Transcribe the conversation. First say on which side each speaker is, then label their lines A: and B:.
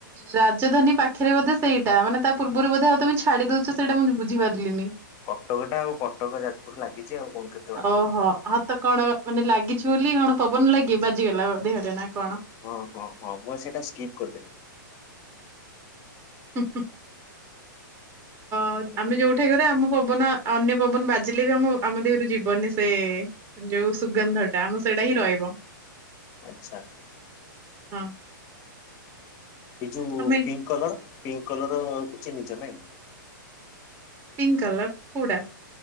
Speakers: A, on the right (about 20°); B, on the left (about 30°).
A: ରାଜଧାନୀ ପାଖରେ ବୋଧେ ସେଇଟା ମାନେ ତା ପୂର୍ବରୁ ବୋଧେ ଆଉ ତମେ ଛାଡି ଦଉଛ ସେଇଟା ମୁଁ ବୁଝିପାରିଲିନି।
B: କଟକ ଟା ଆଉ କଟକ ଯାଜପୁର ଲାଗିଛି ଆଉ କଣ କେ
A: ଓହୋ ହ ତ କଣ ମାନେ ଲାଗିଛି ବୋଲି କଣ ପବନ ଲାଗି ବାଜିଗଲା ଦେହରେ ନା କଣ।
B: ହଁ ହଁ ହଁ ମୁଁ ସେଇଟା ସ୍କିପ୍ କରିଦେଲି।
A: ହୁଁ ହୁଁ ହଁ
B: ହୁଁ
A: ଆମେ ଯୋଉଠି କରିଆ ଆମୁ ପବନା ଆଉ ଅନ୍ୟ ପବନ ବାଜିଲେ ବି ଆମୁ ଆମ ଦେହରୁ ଯିବନି ସେ ଯୋଉ ସୁଗନ୍ଧଟା ଆମ ସେଇଟା ହିଁ ରହିବ।
B: ଆଚ୍ଛା।
A: ହଁ।
B: ଏଇ ଯୋଉ
A: ତମେ
B: ପିଙ୍କ କଲର ପିଙ୍କ କଲର ଚିହ୍ନିଚ ନାଇଁ?
A: ପିଙ୍କ କଲର୍ କୋଉଟା?